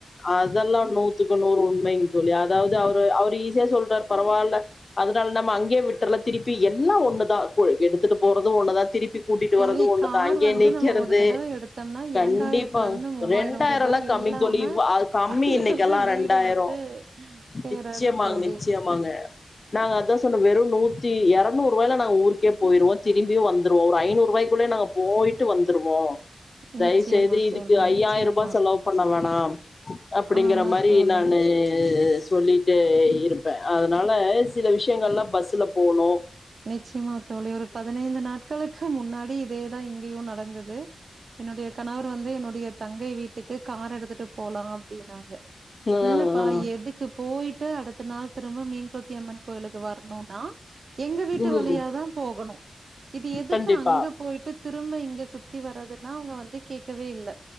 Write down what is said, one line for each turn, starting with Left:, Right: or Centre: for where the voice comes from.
Left: அதெல்லா நூத்துக்கு நூறு உண்மை தோழி அதாவது அவரு அவரு ஈஸியா சொல்ட்டாரு பரவால்ல அதனால நம்ம அங்கே விட்றலா திருப்பி எல்லா ஒண்ணுதா இப்போ எடுத்துட்டு போறது ஒண்ணுதா திருப் கூட்டிட்டு
Right: தோழி
Left: வறது ஒண்ணுதா
Right: கார்
Left: அங்கயே
Right: வந்து
Left: நிக்கிறது
Right: நம்ம ஒரு தடவ எடுத்தோம்னா
Left: கண்டிப்பா
Right: இரண்டாயிரத்துல இருந்து மூவாயிரம்
Left: ரெண்டாயிரலா
Right: ரூபாய்
Left: கம்மிங்
Right: இல்லாம
Left: தோழி கம்மி
Right: அது
Left: இன்னைக்கெல்லா
Right: வந்து வீடு
Left: ரெண்டாயிர
Right: வந்து சேராது
Left: நிச்சயமா
Right: தோழி
Left: நிச்சய ஆமாங்க நாங்க அதா சொன்னோ வெறு நூத்தி இரநூரூவாய்ல நா ஊருக்கே போயிருவோ திரும்பி வந்துருவோ ஒரு ஐநூருவாய்க்குள்ளே நாங்க போயிட்டு வந்துருவோம் தயவுசெய்து
Right: நிச்சயமா
Left: இதுக்கு
Right: தோழி
Left: ஐயாயிரம்
Right: நிச்சயமா
Left: ரூபாய் செலவு பண்ண வேணா அப்படிங்கற
Right: ஆமா
Left: மாரி
Right: தோழி
Left: நானு சொல்லி ட்டு இருப்பே அதனால சில விஷயங்கள்ல்லாலா பஸ்ல போணும்
Right: நிச்சயமா தோழி ஒரு பதினைந்து நாட்களுக்கு முன்னாடி இதேதா இங்கேயு நடந்தது என்னுடைய கணவர் வந்து என்னுடைய தங்கை வீட்டுக்கு கார் எடுத்துட்டு போலாம் அப்படின்னாங்க
Left: ம் ம்,
Right: இல்லப்பா எதுக்கு போயிட்டு அடுத்த நாள் திரும்ப மீன் கொத்தி அம்மன் கோயிலுக்கு வரணும்னா எங்க வீட்டு
Left: ம்.
Right: வழியாதா போகணும் இது எதுக்கு
Left: கண்டிப்பா
Right: அங்க போயிட்டு திரும்ப இங்க சுத்தி வரதுன்னா அவுங்க வந்து கேக்கவே இல்ல